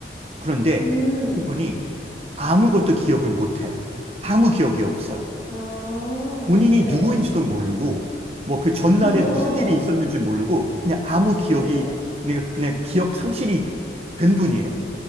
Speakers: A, on the right; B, on the left.
A: 그런데
B: 음,
A: 그분이 아무것도 기억을 못해요. 아무 기억이 없어요.
B: 아,
A: 본인이
B: 네.
A: 누구인지도 모르고, 뭐 그 전날에
B: <laughs> 어,
A: 무슨 일이 있었는지 모르고, 그냥 아무 기억이,
B: 네네.
A: 그냥, 그냥 기억 상실이 된 분이에요.